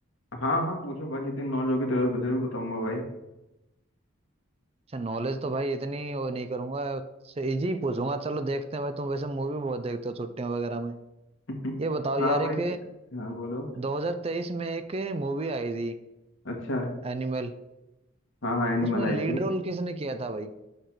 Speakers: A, on the left; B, on the right.
A: हाँ हाँ पूछो भाई जितनी नॉलेज होगी तो जरूर बताऊंगा भाई
B: अच्छा नॉलेज तो भाई इतनी वो नहीं करूंगा से इजी पूछूंगा चलो देखते हैं भाई तुम वैसे मूवी बहुत देखते हो छुट्टियों वगैरह में
A: <laughs>
B: ये बताओ
A: हाँ
B: यार
A: भाई
B: एक
A: हाँ बोलो
B: 2023 में एक मूवी आई थी
A: अच्छा
B: एनिमल
A: हाँ हाँ एनिमल
B: उसमें
A: आई
B: लीड
A: थी
B: रोल किसने किया था भाई